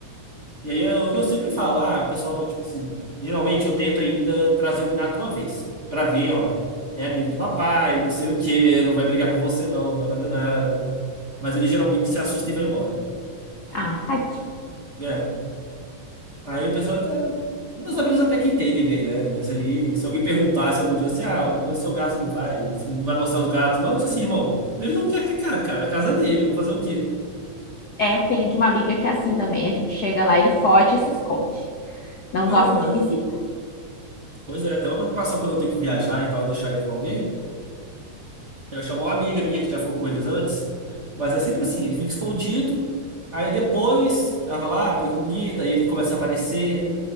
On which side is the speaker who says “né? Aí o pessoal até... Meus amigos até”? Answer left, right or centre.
Right